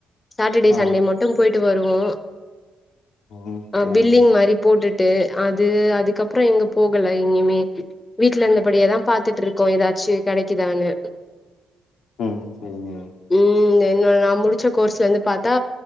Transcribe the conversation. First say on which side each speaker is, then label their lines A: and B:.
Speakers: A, on the left; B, on the left.
A: சாட்டடே
B: ஆ
A: சண்டே மட்டும் போயிட்டு வருவோ
B: ம்
A: அ
B: சரிங்க
A: பில்லிங் மாரி போட்டுட்டு அது அதுக்கப்புறோ எங்க போகல எங்கயுமே வீட்டல இருந்தபடியேதாம் பாத்துட்டு இருக்கோ எதாச்சு கெடைக்குதான்னு
B: ம் சேரிங்க
A: ம் என்னோட நா முடிச்ச கோர்ஸ் வந்து பாத்தா